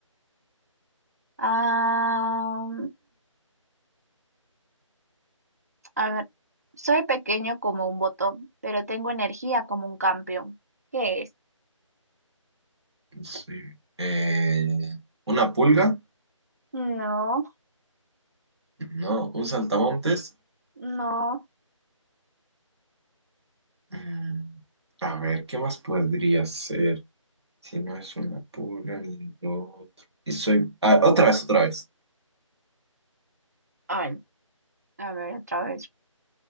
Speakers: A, on the right (about 30°); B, on the right (about 55°).
A: Ah, A ver, soy pequeño como un botón, pero tengo energía como un campeón. ¿Qué es?
B: sí. Eh, ¿una pulga?
A: No,
B: No, un saltamontes.
A: no.
B: Mm, A ver, ¿qué más podría ser? Si no es una pulga ni lo otro. Y soy. ah, otra vez, otra vez.
A: Ay, a ver, otra vez.